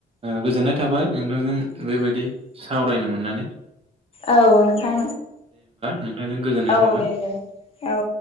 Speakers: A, on the right; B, on the left.
A: गोजोननाय थाबाय नोंथांजों बेबायदि सावरायनो मोन्नानै
B: औ नोंथां
A: नोंथांजों गोजोननाय
B: औ
A: थाबाय
B: दे दे औ।